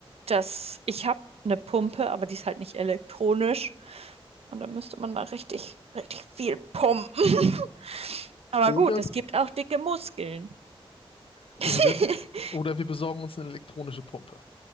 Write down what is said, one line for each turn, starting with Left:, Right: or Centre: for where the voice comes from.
Right: das, ich habe eine Pumpe, aber die ist halt nicht elektronisch und da müsste man da richtig, richtig viel pumpen. <laughs> Aber
Left: Oder,
Right: gut, es gibt auch dicke Muskeln.
Left: oder
Right: <laughs>
Left: wir, oder wir besorgen uns eine elektronische Pumpe.